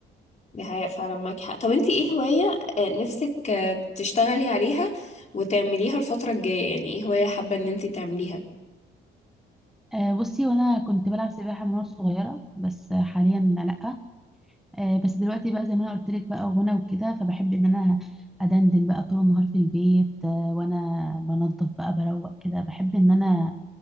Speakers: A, on the left; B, in the centre.
A: دي حقيقة فعلا معاكي حق طب انتي ايه هواية آه، نفسك آه، تشتغلي عليها وتعمليها الفترة الجاية يعني ايه هواية حابة ان انتي تعمليها
B: آه، بصي وانا كنت بلعب سباحه من وانا صغيره بس حاليا لا آه، بس دلوقتي بقى زي ما انا قلت لك بقى غنى وكده فبحب ان انا ادندن بقى طول النهار في البيت آه، وانا بنظف بقى بروق كده بحب ان انا